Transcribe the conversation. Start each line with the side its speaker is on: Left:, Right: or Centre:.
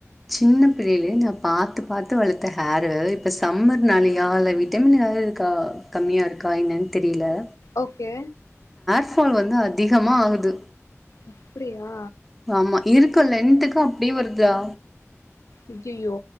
Centre: சின்ன பிள்ளைலே நான் பாத்து பாத்து வளத்த ஹேரூ இப்ப சம்மர்னாலயா இல்ல விட்டமின் ஏதாவதுருக்கா கம்மியாருக்கா என்னேன் தெரில
Left: ஓகே
Centre: ஃபால் வந்து அதிகமா ஆகுது
Left: அப்பிடியா
Centre: ஆமா இருக்க லென்த்துக்கு அப்டே வருதா
Left: அய்யய்யோ